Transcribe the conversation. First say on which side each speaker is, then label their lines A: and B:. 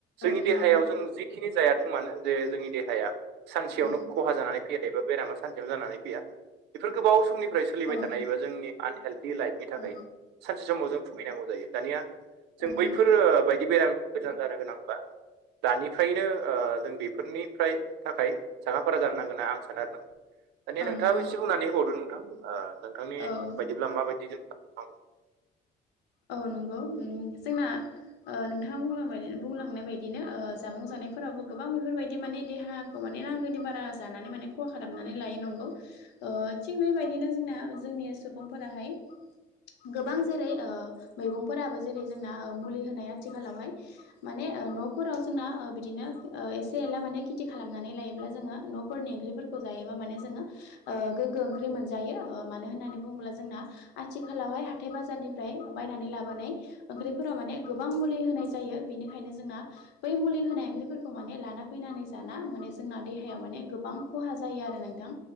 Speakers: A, on the right; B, on the left.
A: जोंनि
B: औ नंगौ
A: देहायाव जों जिखिनि जायाथों मानो जे जोंनि देहाया सानसेयावनो
B: औ
A: खहा जानानै फैया एबा बेरामा सानसेयावनो जानानै फैया बेफोर गोबाव समनि फ्राय सोलिबाय
B: औ
A: थानाय एबा जोंनि आनहेलडि लाइफनि थाखाय
B: औ
A: सानसे समाव जों भुहैनांगौ जायो दानिया जों
B: नंगौ
A: बैफोर बायदि बेराम गोजान जानो गोनांब्ला दानिफ्रायनो ओ जों बेफोरनिफ्राय थाखाय साखाफारा जानो नांगोन होनना आं सानो आरो नोंथां दानिया
B: औ
A: नोंथाङाबो
B: नंगौ
A: एसे बुंनानै होबावदो नोंथां ओ नोंथांनि
B: औ
A: बायदिब्ला माबायदि <unintelligible>
B: औ नंगौ उम जोंना ओ नोंथाङा बुंलां बुंलांनाय बायदिनो ओ जामुं जानायफोरावबो गोबां बेफोरबायदि माने देहाखौ माने माने नांगौनि बारा जानानै माने खहा खालामनानै लायो नंगौ ओ थिग बेबायदिनो जोंना जोंनि सुबुंफोराहाय गोबां जेरै ओ मैगंफोराबो जेरै जोंना मुलि होनाय आथिखालावहाय माने ओ न'फोराव जोंना बिदिनो ओ एसे एला माने खेथि खालामनानै लायोब्ला जोङो न' फोरनि ओंख्रिफोरखौ जायोबा माने जोङो ओ गोग्गो ओंख्रि मोनजायो ओ मानो होननानै बुङोब्ला जोंना आथिखालावहाय हाथाय बाजारनिफ्राय बायनानै लाबोनाय ओंख्रिफोराव माने गोबां मुलि होनाय जायो बेनिखायनो जोंना बै मुलि होनाय ओंख्रिफोरखौ माने लाना फैनानै जाना माने जोंना देहायाव माने गोबां खहा जायो आरो नोंथां